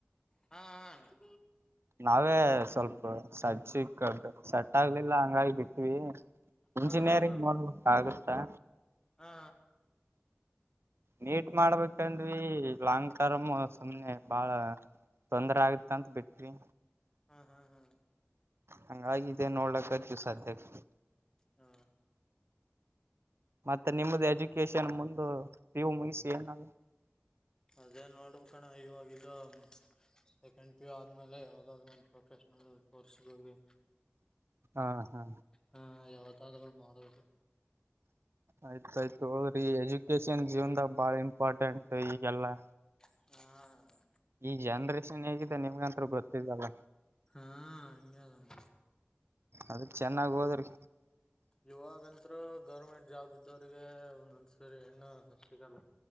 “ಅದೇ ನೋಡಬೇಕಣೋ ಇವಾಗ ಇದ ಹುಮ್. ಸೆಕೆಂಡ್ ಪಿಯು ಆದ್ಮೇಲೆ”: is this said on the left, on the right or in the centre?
Left